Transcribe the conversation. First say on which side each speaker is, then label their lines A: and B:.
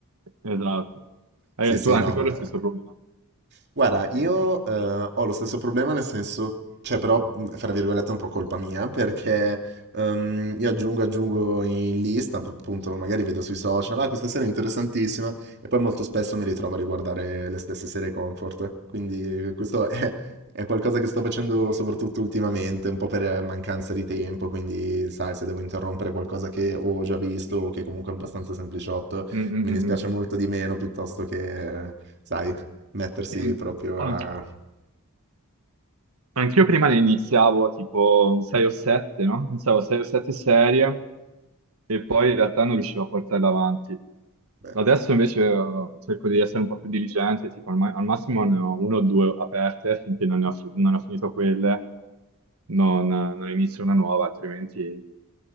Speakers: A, on the right; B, on the right.
A: Esatto. Eh,
B: Sì, sì,
A: tu, anche
B: no,
A: tu
B: ma
A: hai lo stesso problema.
B: Guarda, io, ehm, ho lo stesso problema, nel senso cioè però, mhmm, fra virgolette è un po' colpa mia, <laughs> perché, ehm, io aggiungo, aggiungo in lista, p appunto magari vedo sui social: "Ah, questa serie è interessantissima", e poi molto spesso mi ritrovo a riguardare le stesse serie comfort. Quindi eh, questo <laughs> è è qualcosa che sto facendo soprattutto ultimamente, un po' per mancanza di tempo, quindi sai, se devo interrompere qualcosa che ho già visto o che comunque è abbastanza sempliciotto,
A: Mm, mm,
B: mi dispiace
A: mm, mm. mm.
B: molto di meno piuttosto che sai Mettersi
A: Sì, an-
B: proprio
A: anch-
B: a
A: anch'io prima ne iniziavo tipo 6 o 7, no? Iniziavo 6 o 7 serie e poi in realtà non riuscivo a portarle avanti.
B: Beh,
A: Adesso invece eh, cerco di essere un po' più diligente, tipo al, ma- al massimo ne ho uno o due aperte finché non ne ho, fi- non ho finito quelle, non, non inizio una nuova, altrimenti...